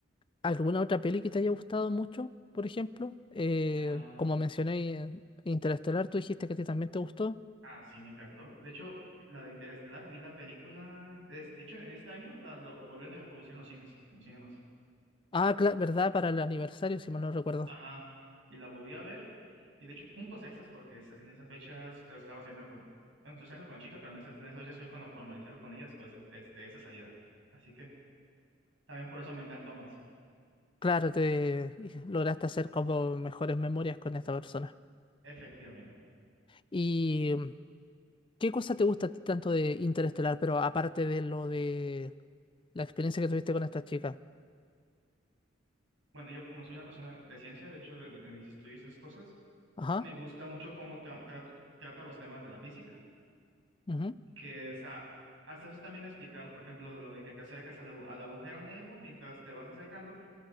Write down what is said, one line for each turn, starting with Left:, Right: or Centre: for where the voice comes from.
Left: alguna otra peli que te haya gustado mucho, por ejemplo? Eh,
Right: Ah,
Left: como mencioné, eh, Interestelar, tú dijiste que a ti también te gustó.
Right: ah, sí, me encantó. De hecho, la de Interestelar, vi la película, es- de hecho, este año la, la, la volvieron a reproducir en los cines, en los cinemas.
Left: Ah, cla- ¿verdad? Para el aniversario, si mal no recuerdo.
Right: Ajá, y la volví a ver, y de hecho, puntos extras, porque es- en esas fechas estaba saliendo con, bueno, estoy saliendo con la chica, pero en esas, en esas fechas fue cuando formalicé algo con ella después de, de- de esa salida. Así que también por eso me encantó más,
Left: Claro, te y lograste hacer como mejores memorias con esta persona.
Right: efectivamente.
Left: ¿Y mm, qué cosa te gusta a ti tanto de Interestelar, pero aparte de lo de la experiencia que tuviste con esta chica?
Right: Bueno, yo como soy una persona de ciencia, de hecho, de, de mis estudios y esas cosas,
Left: Ajá.
Right: me gusta mucho cómo tra- tra- trata los temas de la física,
Left: ujú.
Right: que está, hasta eso también explicado, por ejemplo, de lo de que te acercas al, agu- al agujero negro, mientras te vas acercando,